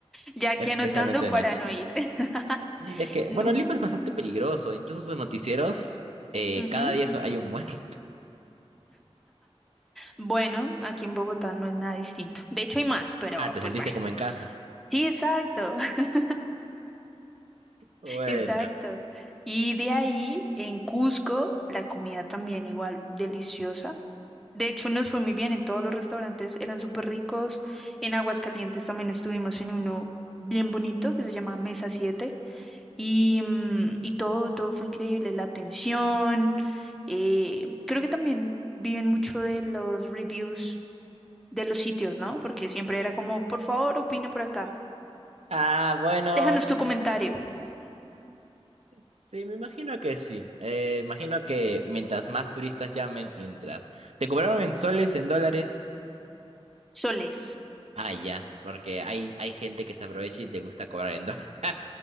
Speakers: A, in the centre; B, on the right.
A: ya aquí
B: especialmente
A: anotando para
B: de noche.
A: no ir. <laughs>
B: Y es que, bueno,
A: No.
B: Lima es bastante peligroso, incluso sus noticieros, eh,
A: Ujú.
B: cada día so- hay un muerto. <laughs>
A: Bueno, aquí en Bogotá no es nada distinto. De hecho, hay más, pero
B: Ah, ¿te
A: pues
B: sentiste
A: bueno.
B: como en casa?
A: Sí, exacto, <laughs>
B: Bueno.
A: exacto. Y de ahí, en Cusco, la comida también igual deliciosa. De hecho, nos fue muy bien en todos los restaurantes, eran súper ricos. En Aguascalientes también estuvimos en uno bien bonito que se llama Mesa 7 y, mm, y todo, todo fue increíble, la atención. eh, creo que también viven mucho de los reviews de los sitios, ¿no? Porque siempre era como, por favor, opina por acá,
B: Ah, bueno,
A: déjanos tu comentario,
B: sí, me imagino que sí. Eh, imagino que mientras más turistas llamen, mientras... ¿Te cobraron en soles, en dólares?
A: soles.
B: Ah, ya, porque hay, hay gente que se aprovecha y te gusta cobrar en dólares. <laughs>